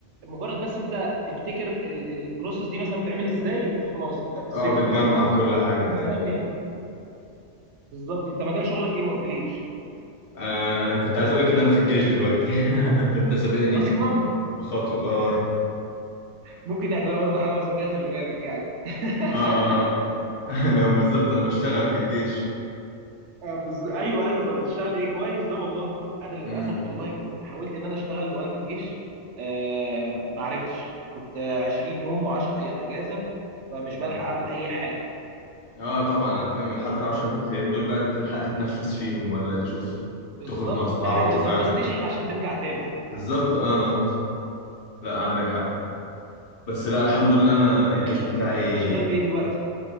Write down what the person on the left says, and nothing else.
اه بتجمع
كل حاجه
تاني
آه انا كنت عايز اقول لك ان انا في الجيش دلوقتي <laughs> فانت سابقني
ب- بخطوه اه
اه اه
<laughs> ما هو بالظبط انا بشتغل في الجيش
امم
أمم.
اه طبعا انا فاهم حتى 10 ايام دول بقى تلحق تتنفس فيهم ولا تشوف
تخرج مع اصحابك
تشوف
اهلك
بالظبط اه آه. لا عندك حق بس لا الحمد لله انا الجيش
بتاعي